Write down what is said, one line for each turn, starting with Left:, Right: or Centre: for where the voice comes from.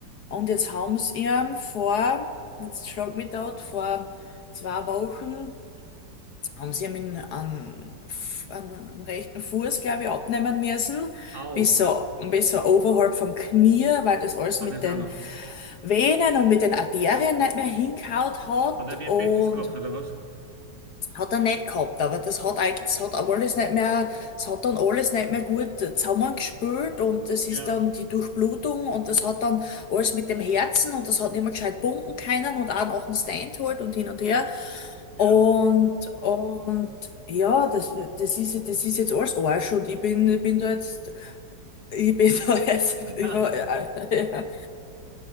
Left: Und jetzt haben sie ihm vor, jetzt schlag mich dort, vor zwei Wochen haben sie ihm an, an, rechten Fuß, glaube ich, abnehmen müssen,
Right: Au,
Left: bis so, bis so oberhalb vom Knie, weil das alles
Right: hat
Left: mit
Right: es
Left: den
Right: auch noch.
Left: Venen und mit den Arterien nicht mehr hingehaut hat
Right: Hat er Diabetes
Left: und
Right: gehabt oder was?
Left: hat er nicht gehabt, aber das hat eigentlich, das hat alles nicht mehr, es hat dann alles nicht mehr gut zusammengespült und das ist
Right: Ja,
Left: dann die Durchblutung und das hat dann alles mit dem Herzen und das hat nicht mehr gescheit pumpen können und auch nach dem Stand halt und hin und her.
Right: ja.
Left: Und, und ja, das, das ist, das ist jetzt alles Arsch und ich bin, ich bin da jetzt, ich bin <laughs> da jetzt
Right: <laughs>
Left: über, <laughs>